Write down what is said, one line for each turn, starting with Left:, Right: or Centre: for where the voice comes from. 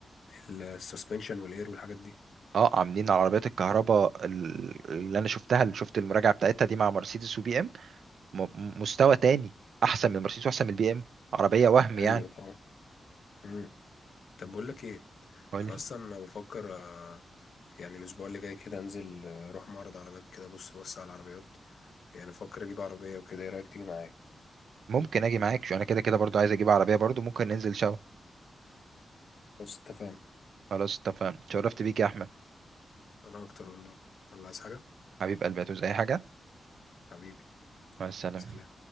Left: ال- السسبنشن والإير والحاجات دي
Right: اه عاملين على عربيات الكهرباء ال- اللي انا شفتها اللي شفت المراجعه بتاعتها دي مع مرسيدس وبي ام م- م- مستوى تاني احسن من مرسيدس واحسن من البي ام عربيه وهم يعني
Left: أيوة طبعا امم طب بقول لك إيه
Right: قول لي.
Left: أنا أصلا بفكر آه، يعني الأسبوع اللي جاي كده أنزل آه، أروح معرض عربيات كده بص بص على العربيات يعني بفكر أجيب عربية وكده إيه رأيك تيجي معايا؟
Right: ممكن اجي معاك شو انا كده كده برضو عايز اجيب عربيه برضو ممكن ننزل سوا
Left: بص اتفقنا
Right: خلاص اتفقنا شرفت بيك يا احمد
Left: انا اكتر والله الله عايز حاجة
Right: حبيب قلبي هتعوز اي حاجه
Left: حبيبي يلا
Right: مع السلامه
Left: سلام